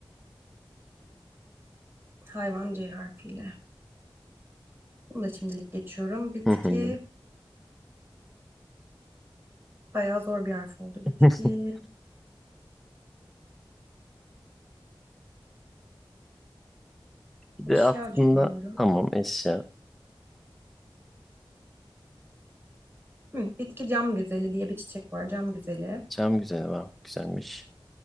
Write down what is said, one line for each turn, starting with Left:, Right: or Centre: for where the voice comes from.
Right: Hayvan C harfiyle. Bunu da şimdilik geçiyorum. Bitki.
Centre: Hı hı.
Right: Bayağı zor bir harf oldu.
Centre: <laughs>
Right: Bitki.
Centre: Bir
Right: Eşya
Centre: de aslında
Right: düşünüyorum.
Centre: tamam eşya.
Right: Hı, bitki cam güzeli diye bir çiçek var. Cam güzeli.
Centre: Cam güzeli var. Güzelmiş.